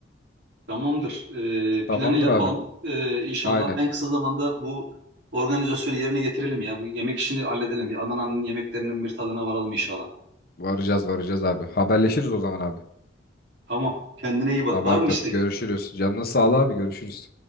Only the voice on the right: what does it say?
Tamamdır. Ee,
planı yapalım.
Ee, inşallah
en kısa zamanda bu organizasyonu yerine getirelim ya. Bu yemek işini halledelim. Bir Adana'nın yemeklerinin bir tadına varalım inşallah.
Tamam. Kendine iyi bak.
Var mı isteğin?